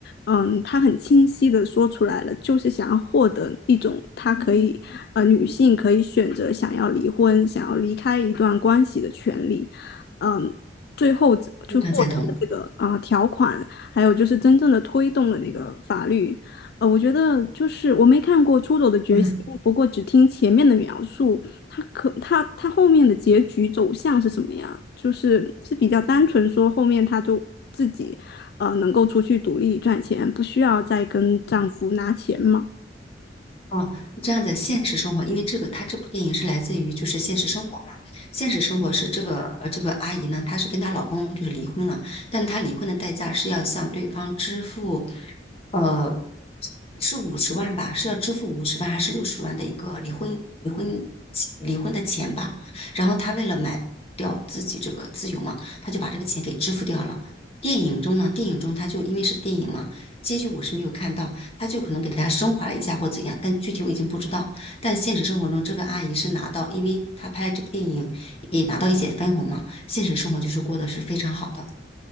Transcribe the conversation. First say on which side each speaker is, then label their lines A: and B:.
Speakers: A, on the left; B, on the left.
A: 嗯，他很清晰的说出来了，就是想要获得一种他可以，呃，女性可以选择想要离婚、想要离开一段关系的权利，嗯，最后就获得了这个啊、
B: 非常赞同。
A: 呃条款，还有就是真正的推动了那个法律，呃，我觉得就是我没看过《出走的决心》，
B: 嗯，
A: 不过只听前面的描述，他可他他后面的结局走向是什么呀？就是是比较单纯说后面他就自己呃能够出去独立赚钱，不需要再跟丈夫拿钱嘛？
B: 哦，这样的现实生活，因为这个，它这部电影是来自于就是现实生活嘛。现实生活是这个呃这个阿姨呢，她是跟她老公就是离婚了，但她离婚的代价是要向对方支付，呃，是五十万吧，是要支付五十万还是六十万的一个离婚离婚离婚的钱吧。然后她为了买掉自己这个自由嘛，她就把这个钱给支付掉了。电影中呢，电影中她就因为是电影嘛，结局我是没有看到。他就可能给大家升华了一下或怎样，但具体我已经不知道。但现实生活中，这个阿姨是拿到，因为她拍这部电影也拿到一些分红嘛，现实生活就是过得是非常好的，